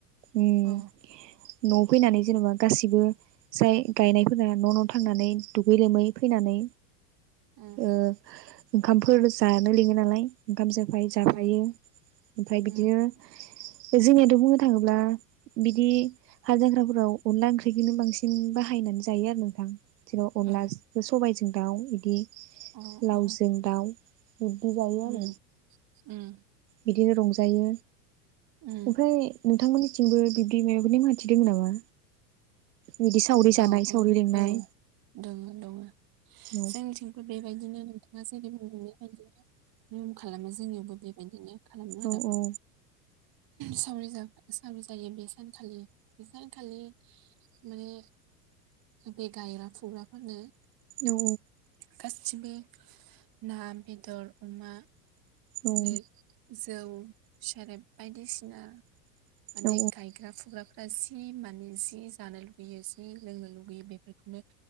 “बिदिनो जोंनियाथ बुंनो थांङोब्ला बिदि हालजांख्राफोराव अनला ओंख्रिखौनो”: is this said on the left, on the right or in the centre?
Right